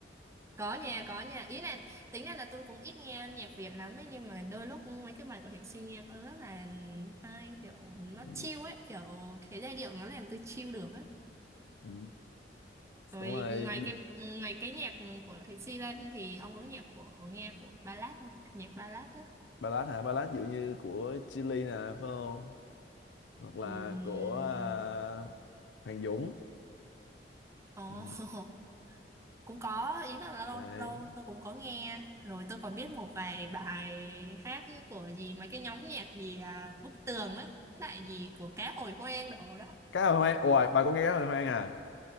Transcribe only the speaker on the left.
Ừ.
Ừ.
đúng rồi
ballad hả ballad ví dụ như của Chillies nè phải không hoặc là
của à, Hoàng Dũng
Ừ.
đấy
cá hồi hoang ôi bà có nghe cá hồi hoang à